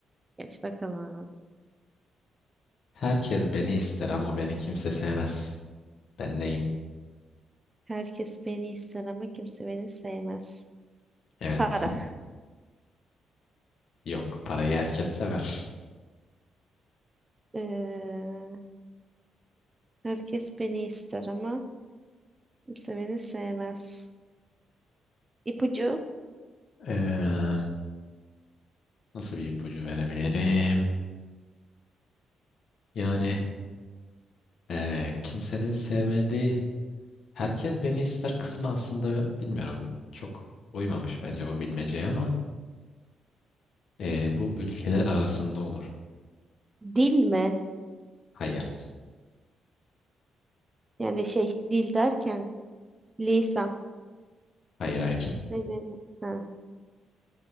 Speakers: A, on the right (about 25°); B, on the left (about 70°).
A: Geç bakalım.
B: Herkes beni ister ama beni kimse sevmez. Ben neyim?
A: Herkes beni ister ama kimse beni sevmez.
B: Evet.
A: Para.
B: Yok. Parayı herkes sever.
A: Ee, herkes beni ister ama Kimse beni sevmez. İpucu
B: Ee, nasıl bir ipucu verebilirim? Yani ee, kimsenin sevmediği herkes beni ister kısmı aslında bilmiyorum. Çok uymamış bence bu bilmeceye ama ee, bu ülkeler arasında olur.
A: dil mi?
B: Hayır.
A: Yani şey dil derken lisan.
B: Hayır hayır.
A: Neden? Ha,